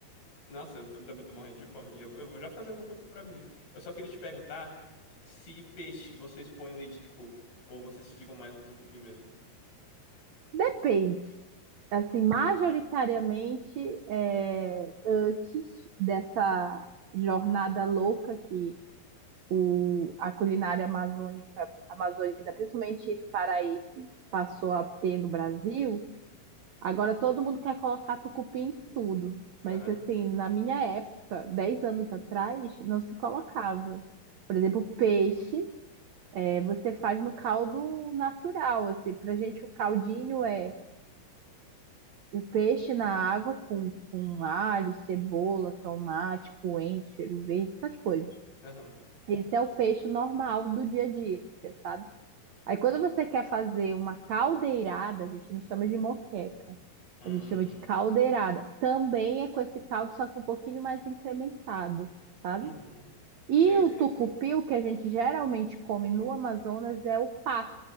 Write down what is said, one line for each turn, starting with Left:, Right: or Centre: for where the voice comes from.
Left: nossa, eu tô- também tô morrendo de fome. Eu, vou- eu vou já fazer alguma coisa pra mim. Eu só queria te perguntar se peixe vocês põem leite de coco. Ou vocês ficam mais no tucupi mesmo.
Right: Depende. Assim, majoritariamente, é, antes dessa jornada louca que o, a culinária amazônica, amazônica, principalmente paraense, passou a ter no Brasil, agora todo mundo quer colocar tucupim em tudo. Mas,
Left: Aham.
Right: assim, na minha época, 10 anos atrás, não se colocava. Por exemplo, peixe, é, você faz no caldo natural, assim. Pra gente, o caldinho é o peixe na água com, com alho, cebola, tomate, coentro, cheiro verde, essas coisas.
Left: Aham.
Right: Esse é o peixe normal do dia a dia, sabe? Aí quando você quer fazer uma caldeirada, a gente não chama de moqueca,
Left: Hum,
Right: a gente chama de caldeirada. Também é com esse caldo, só que um pouquinho mais incrementado, sabe?
Left: uhum.
Right: E
Left: Sei,
Right: o
Left: sei,
Right: tucupi,
Left: sei.
Right: o que a gente geralmente come no Amazonas, é o pato,